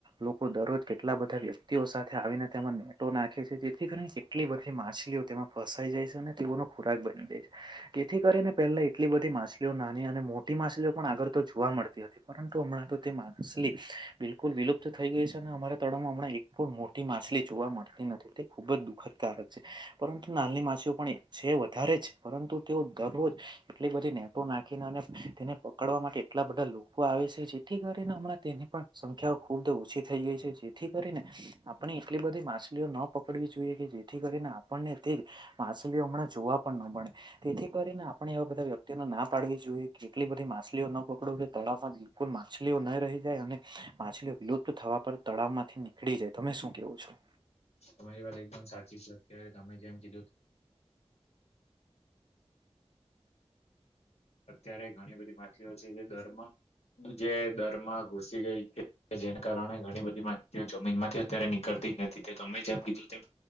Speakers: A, on the right; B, on the left.
A: લોકો દરરોજ કેટલા બધા વ્યક્તિઓ સાથે આવીને તેમાં નેટો નાખે છે, જેથી કરીને કેટલી બધી માછલીઓ. માં ફસાઈ જાય છે, અને તેઓનો ખોરાક બની જાય છે, તેથી કરીને પહેલા એટલી બધી માછલીઓ નાની અને. મોટી માછલીઓ પણ આગળ તો જોવા મળતી હતી પરંતુ હમણાં તો તે માછલી બિલકુલ વિલુપ્ત. થઈ ગઈ છે, અને અમારા તળમાં હમણા એક પણ મોટી માછલી જોવા મળતી નથી તે ખુબ જ દુઃખદકારક છે. પરંતુ નાલની માછીઓ પણ છે, વધારે છે પરંતુ તેઓ દરરોજ એટલી બધી નેટો નાખી. તેને પકડવા માટે એટલા બધા લોકો આવે છે, જેથી કરીને હમણાં તેની પણ સંખ્યા ખૂબ ઓછી થઈ ગઈ છે જેથી કરીને આપણે એટલી બધી માછલીઓ ન પકડવી જોઈએ કે જેથી કરીને. આપણને માછલી હમણાં જોવા પણ ન મળે તેથી કરીને આપણે એવા બધા વ્યક્તિ ના પાડ જો કેટલી બધી માછલીઓ ન પકડ તળાવમાં બિલકુલ માછલીઓ ન રહી જાય અને માછલીઓ. લુપ્ત થવા પર તળાવ માંથી નીકળી જાય તમે શું કેવું છો.
B: તમારી વાત એકદમ સાચી છે અત્યારે તમે જેમ કીધું. અત્યારે ઘણી બધી માછલીઓ છે જે દરમાં જે દરમાં ઘૂસી ગઈ કે કે જેને કારણે ઘણી બધી માહિતઓ જમીન માંથી અત્યારે નીકળતી જ નથી તે તમે જેમ કીધું તેમ